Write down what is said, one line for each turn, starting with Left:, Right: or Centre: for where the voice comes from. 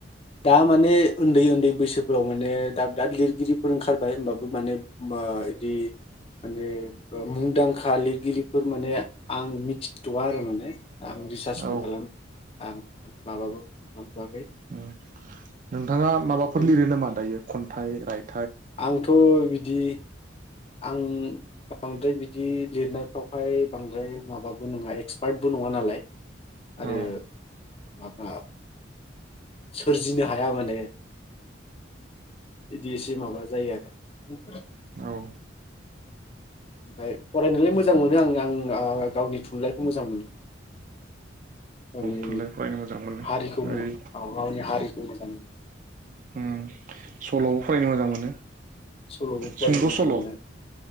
Left: दा माने ओन्दै ओन्दै बैसोफोराव माने दाब दाब लिरगिरिफोर ओंखारबाय होमबाबो माने ओ इदि माने ओ मुंदांखा लिरगिरिफोर माने आं मिथिथ'वा आरो माने। आं रिसार्चबो
Right: औ
Left: खालाम आं माबाबो नंथ'वा
Right: उम नोंथाङा माबाफोर
Left: खिन्थु
Right: लिरो नामा दायो खन थाइ राय
Left: आंथ' बिदि आं बांद्राय बिदि लिरनायफ्रावहाय बांद्राय माबाबो नङा एक्सपार्टबो नङा नालाय आरो
Right: औ
Left: माबा सोरजिनो हाया माने। इदि एसे माबा जायो आरो।
Right: औ
Left: <unintelligible> फरायनोलाय मोजां
Right: औ
Left: मोनो आं आं गाला-ला गावनि थुनलाइ खौ मोजां मोनो माने
Right: थुनलाइ फरायनो मोजां मोनो
Left: हारिखौ
Right: ओरै
Left: गावनि हारिखौ मोजां मोनो।
Right: उम सल'बो फरायनो मोजां मोनो।
Left: सल'बो फरायनो
Right: सुंद'
Left: मोजां
Right: सल'
Left: मोनो